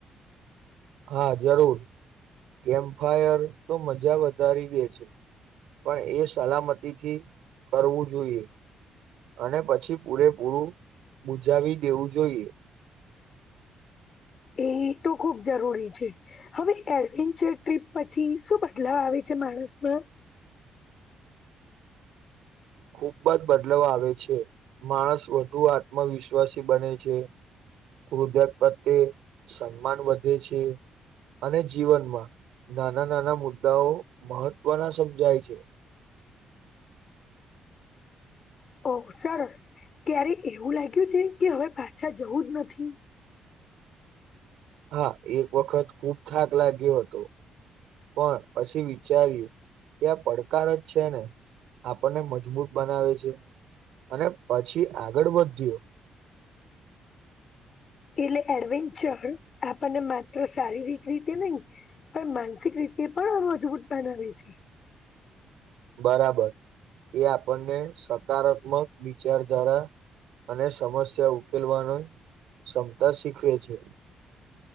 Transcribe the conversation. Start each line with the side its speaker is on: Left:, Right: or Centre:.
Right: હા જરૂર કેમ્પ ફાયર તો મજા વધારી દે છે. પણએ સલામતથી કરવું જોઈએ. અને પછી પૂરેપૂરું બુજાવી દેવું જોઈએ.
Left: એતો ખુબ જરૂરી છે. હવે એડવેન્ચર ટ્રીપ પછી શું બદલાવ આવે છે માણસમાં.
Right: ખુબજ બદલાવ આવે છે. માણસ વધુ આત્મવિશ્વાસી બને છે. કૃદપ્રત્યે સન્માન વધે છે. અને જીવનમાં નાના નાના મુદ્દાઓ મહત્વના સમજાય છે.
Left: ઓ સરસ ક્યારે એવું લાગ્યું છે કે હવે પાછા જવુંજ નથી.
Right: હા એક વખત ખુબ થાક લાગ્યો હતો. પણ પછી વિચાર્યું કે આ પડકારજ છે ને આપણને મજબૂત બનાવે છે અને પછી આગળ વધ્યો.
Left: એટલે એડવેન્ચર આપણને માત્ર શારીરિક રીતે નહી પણ માનસિક રીતે પણ મજબૂત બનાવે છે.
Right: બરાબર એ આપણને સકારાત્મક વિચારધારા અને સમસ્યા ઉકેલવાની ક્ષમતા શીખવે છે